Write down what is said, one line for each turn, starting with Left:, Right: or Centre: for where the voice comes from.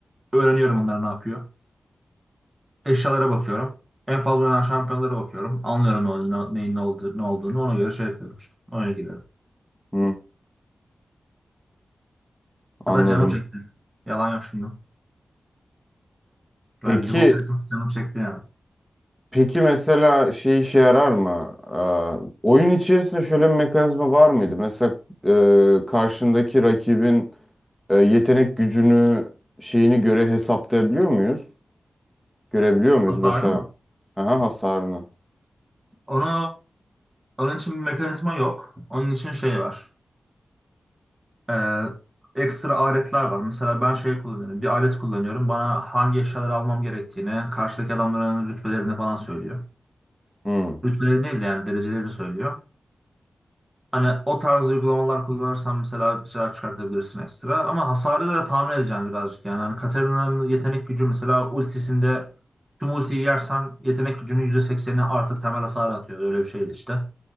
Right: öğreniyorum onlar ne yapıyor. Eşyalara bakıyorum. En fazla oynanan şampiyonlara bakıyorum. Anlıyorum ne, ol- ne- neyin ne, oldu, ne olduğunu. Ona göre şey yapıyorum işte. Oyuna giriyorum.
Centre: Hı, anladım.
Right: Hatta canım çekti. Yalan yok şimdi. Biraz
Centre: Peki
Right: League of Legends canım çekti yani.
Centre: peki mesela şey işe yarar mı? Ee, oyun içerisinde şöyle bir mekanizma var mıydı? Mesela e, karşındaki rakibin e, yetenek gücünü şeyini göre hesaplayabiliyor muyuz? Görebiliyor muyuz
Right: Hasarlı
Centre: mesela?
Right: mı?
Centre: Aha hasarını.
Right: Onu, onun için bir mekanizma yok. Onun için şey var. Ee, ekstra aletler var. Mesela ben şey kullanıyorum. Bir alet kullanıyorum. Bana hangi eşyaları almam gerektiğini, karşıdaki adamların rütbelerini falan söylüyor.
Centre: Hmm.
Right: Rütbelerini değil de yani derecelerini söylüyor. Hani o tarz uygulamalar kullanırsan mesela bir şeyler çıkartabilirsin ekstra. Ama hasarı da tahmin edeceksin birazcık yani. Hani Katarina'nın yetenek gücü mesela ultisinde tüm ultiyi yersen yetenek gücünün yüzde seksenini artı temel hasar atıyor. Öyle bir şeydi işte.